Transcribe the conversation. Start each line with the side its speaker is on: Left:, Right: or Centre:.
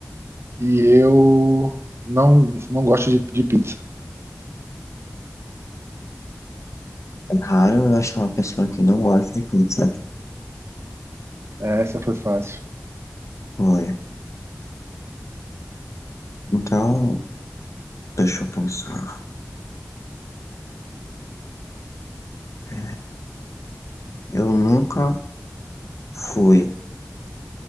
Right: e eu não, não gosto de, de pizza.
Left: É raro eu achar uma pessoa que não gosta de pizza.
Right: É, Essa foi fácil.
Left: Foi. Então, deixa eu pensar. É, eu nunca fui